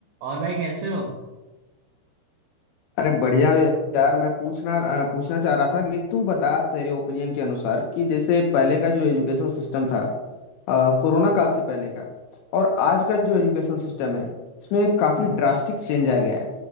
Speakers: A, on the right; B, on the left.
A: और भाई कैसे हो
B: अरे बढ़िया हो यार मैं पूछना अ, पूछना चाह रहा था कि तू बता तेरे ओपिनियन के अनुसार कि जैसे पहले का जो एजुकेशन सिस्टम था अ, कोरोना काल से पहले का और आज का जो एजुकेशन सिस्टम है इसमें काफी ड्रास्टिक चेंज आ गया है